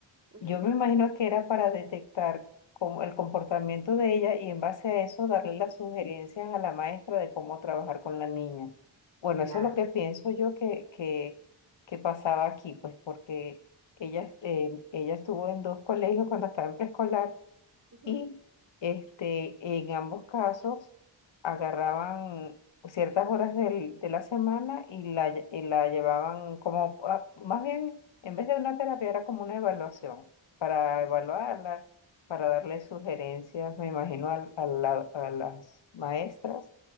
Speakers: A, on the right; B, on the left.
A: ujú,
B: Yo me imagino que era para detectar cómo- el comportamiento de ella y en base a eso darle las sugerencias a la maestra de cómo trabajar con la niña. Bueno,
A: Claro.
B: eso es lo que pienso yo que, que, que pasaba aquí, pues porque ella, eh, ella estuvo en dos colegios cuando estaba en preescolar
A: ujú,
B: y este, en ambos casos agarraban ciertas horas del- de la semana y la, lle- y la llevaban como, a- más bien, en vez de una terapia era como una evaluación, para evaluarla, para darle sugerencias, me imagino, al-
A: ujú,
B: a, la- a las maestras